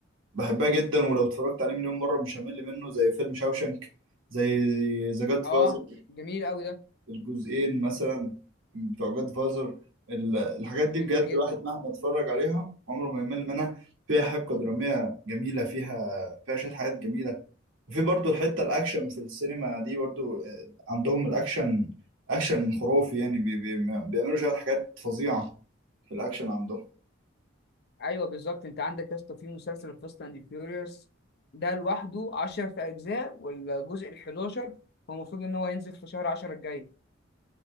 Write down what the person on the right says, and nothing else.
بحبها جدا ولو اتفرجت عليه مليون مرة مش همل منه زي فيلم شاوشنك زي ذا جاد
فازر
الجزئين مثلا بتوع جاد فازر الحاجات دي
بجد
الواحد مهما اتفرج عليها عمره ما يمل منها فيها حبكة درامية جميلة فيها فيها شوية حاجات جميلة وفي برضو الحتة الأكشن في السينما دي برضو آه، عندهم الأكشن أكشن خرافي يعني بي بي بيعملوا شوية حاجات فظيعة في الأكشن عندهم